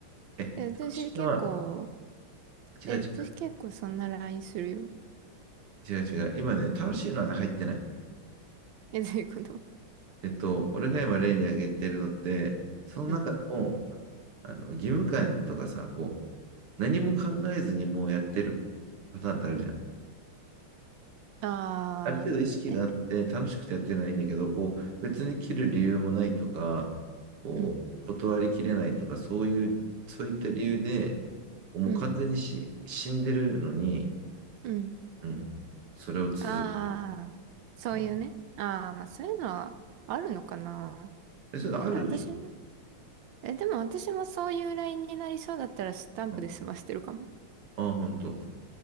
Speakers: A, on the right; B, on the right.
A: え、楽しいのは、
B: え、私結構、
A: 違う違う、
B: え、私結構そんな LINE するよ。
A: 違う違う。今ね、楽しいのはね、入ってない。
B: え、どういうこと
A: えっと、俺が今例に挙げてるのって、その中の、
B: うん。
A: あの、義務感とかさ、こう、何も考えずにもうやってるパターンってあるじゃん。
B: ああ、
A: ある程度意識があって、
B: え、
A: 楽しくてやってないんだけど、こう、別に切る理由もないとか、こう、
B: うん、
A: 断りきれないとか、そういう、そういった理由で、もう完全にし、
B: うん、
A: 死んでるのに、
B: うん。
A: うん、それを続ける。
B: ああ、そういうね。
A: うん
B: ああ、まあそういうのはあるのかな。
A: え、それあるでしょ
B: 確かに私、え、でも私もそういうラインになりそうだったらスタンプで済ましてるかも。
A: うんああ、ほんと。